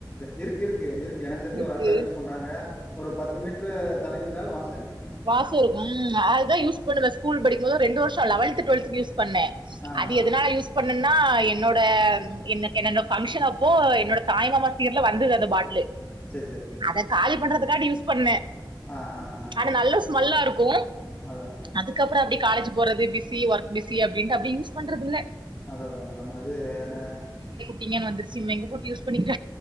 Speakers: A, on the left (about 20°); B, on the right (about 80°).
A: இருக்கு இருக்கு இருக்கு எனக் தெரிஞ்சு
B: இருக்கு
A: ஒரு அக்கா யூஸ் பண்றாங்க ஒரு பத்து மீட்டர் தள்ளி நின் னாலு வாசம் அடிக்கு
B: வாசம் இருக்கும் அதுதான் யூஸ் பண்ணுவே ஸ்கூல் படிக்கும்போது ரெண்டு வருஷம் லெவல்த்து டுவல்த்து யூஸ் பண்ணே
A: ஆ
B: அது
A: ஆ
B: எதுனால
A: ஆ
B: யூஸ் பண்ணேன்னா என்னோட அந்த என்ன என்னோட பங்க்ஷன் அப்போ என்னோட தாய்மாமா சீர்ல வந்தது அந்த பாட்டிலு
A: சரி சரி சரிங்க
B: அத காலி பண்றதுக்கான்டி யூஸ் பண்ணே
A: ஆ ஆ ஆ ஆ
B: ஆனா நல்ல ஸ்மெல்லா இருக்கும்
A: அதா அதா
B: அதுக்கப்ற அப்டி காலேஜ் போறது பிஸி ஒர்க் பிஸி அப்டின்ட்டு அப்டி யூஸ் பண்றது இல்ல
A: அதா மேடம் அது என்ன
B: டிங்க வந்துருச்சு இனிமே எங்க போட்டு யூஸ் பண்ணிக்க